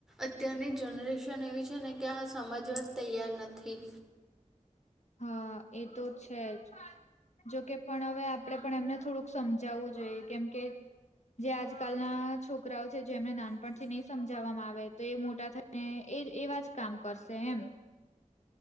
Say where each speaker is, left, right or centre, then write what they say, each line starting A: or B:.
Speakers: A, in the centre; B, on the left (about 60°).
A: અત્યારની જનરેશન એવી છે ને કે આ સમજવા તૈયાર નથી
B: હા એ તો છે જ જોકે પણ હવે આપડે પણ એમને થોડુંક સમજાવવું જોઈએ કેમ કે જે આજકાલના છોકરાઓ છે જેમને નાનપણથી નહી સમજાવવામાં આવે તો એ મોટા થાય ને એજ એવા જ કામ કરશે એમ